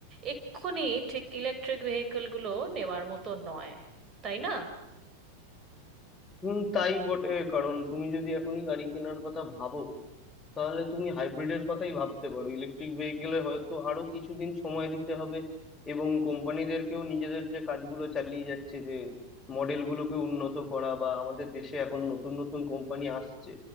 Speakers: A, on the right; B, on the left.
A: এক্ষুনি ঠিক ইলেকট্রিক ভেহিকলগুলো নেওয়ার মতো নয় তাই না
B: হুম তাই বটে কারণ তুমি যদি এখনই গাড়ি কেনার কথা ভাবো তাহলে তুমি হাইব্রিডের কথাই ভাবতে পারো ইলেকট্রিক ভেহিকেলে হয়তো আরো কিছুদিন সময় দিতে হবে এবং কোম্পানিদেরকেও নিজেদের যে কাজগুলো চালিয়ে যাচ্ছে যে মডেলগুলোকে উন্নত করা বা আমাদের দেশে এখন নতুন নতুন কোম্পানি আসছে